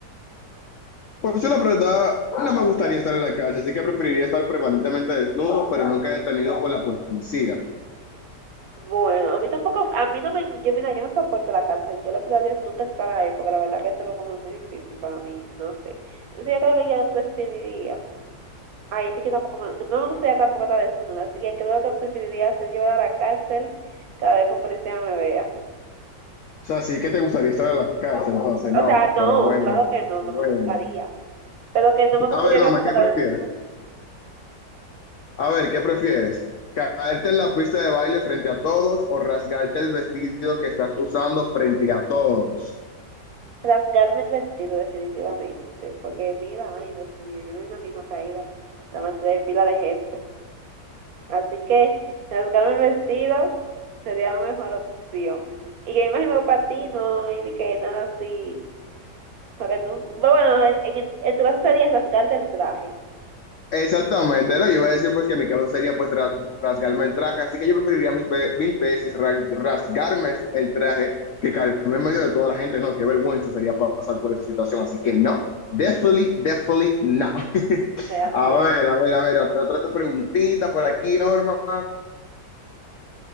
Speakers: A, on the left (about 75°); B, on the right (about 65°).
A: Pues yo la verdad no me gustaría estar en la calle, así que preferiría estar permanentemente desnudo, pero nunca detenido por la policía.
B: Bueno, a mí tampoco, a mí no me, yo mira, yo no soporto la cárcel, yo le pido a Dios nunca estar ahí, porque la verdad que es algo como muy difícil para mí, no sé. Entonces yo creo que yo preferiría, ay, es que yo tampoco, me, no me gustaría tampoco estar desnuda, así que creo que preferiría ser llevada a la cárcel cada vez que un policía me vea.
A: O sea, sí que te gustaría estar en la cárcel, entonces no,
B: O sea, no,
A: pero bueno,
B: claro que no,
A: bueno.
B: no me gustaría, pero que no me gustaría
A: A ver, Norma,
B: tampoco
A: ¿qué
B: estar
A: prefieres?
B: desnuda,
A: A ver, ¿qué prefieres? ¿Caerte en la pista de baile frente a todos o rasgarte el vestido que estás usando frente a todos?
B: rasgarme el vestido definitivamente, porque mira, ay, Dios mío, yo no me imagino caída delante de pila de gente. Así que resultaron el vestido sería la mejor opción. Y yo imagino que para ti no hay ni que nada así. Para que tú, bueno, en, en- en tu caso sería rasgarte el traje,
A: Exactamente, ¿no? Yo iba a decir pues que mi caso sería pues ra- rasgarme el traje, así que yo preferiría mis ve- mil veces ra- rasgarme el traje que caerme en medio de toda la gente, no, qué vergüenza sería pasar por esa situación, así que no, definitely, definitely no.
B: realmente.
A: A ver, a ver, a ver, otra, otra preguntita por aquí, Norma.